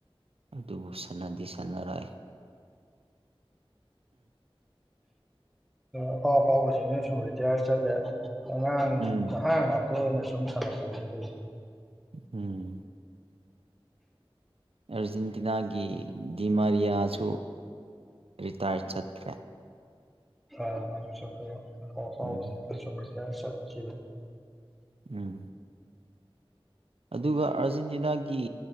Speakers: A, on the right; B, in the centre.
A: ꯑꯗꯨꯕꯨ ꯁꯥꯟꯅꯗꯤ ꯁꯥꯟꯅꯔꯛꯑꯦ
B: ꯑꯐꯥꯎ ꯑꯐꯥꯎꯕꯁꯤꯡꯁꯤꯅ ꯁꯨꯝ ꯔꯤꯇꯥꯌꯔ ꯆꯠꯂꯦ ꯑꯉꯥꯡ
A: ꯎꯝ
B: ꯅꯍꯥ ꯉꯥꯛꯇ ꯑꯣꯏꯅ ꯁꯨꯝ ꯇꯧꯔꯛꯄꯁꯤꯗꯤ
A: ꯎꯝ ꯑꯥꯔꯖꯦꯟꯇꯤꯅꯥꯒꯤ ꯗꯤꯃꯥꯔꯤꯌꯥꯁꯨ ꯔꯤꯇꯥꯌꯔ ꯆꯠꯈ꯭ꯔꯦ
B: <unintelligible>
A: ꯎꯝ ꯎꯝ ꯑꯗꯨꯒ ꯑꯥꯔꯖꯦꯟꯇꯤꯅꯥꯒꯤ